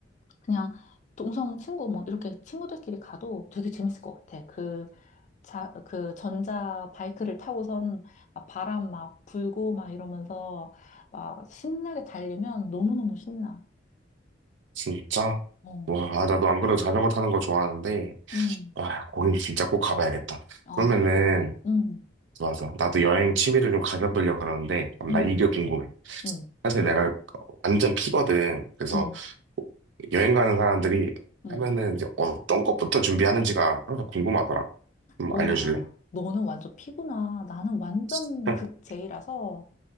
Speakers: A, on the left; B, on the right.
A: 그냥 동성 친구 뭐 이렇게 친구들끼리 가도 되게 재밌을 것 같아. 그 자, 그 전자 바이크를 타고선 막 바람 막 불고 막 이러면서 막 신나게 달리면 너무너무 신나.
B: 진짜?
A: 어,
B: 와, 아, 나도 안 그래도 자전거 타는 거 좋아하는데,
A: 음,
B: 와, 거긴 진짜 꼭 가봐야겠다.
A: 어,
B: 그러면은,
A: 그래, 그래. 음,
B: 좋아, 좋아. 나도 여행 취미를 좀 가져보려고 그러는데, 그럼
A: 음,
B: 나 이게 궁금해.
A: 음,
B: 사실 내가 완전 피거든. 그래서
A: 음, 음.
B: 여행 가는 사람들이
A: 음.
B: 하면은 이제 어떤 것부터 준비하는지가 항상 궁금하더라. 좀
A: 와,
B: 알려줄래?
A: 너는 완전 피구나. 나는 완전
B: <laughs>
A: 극제이라서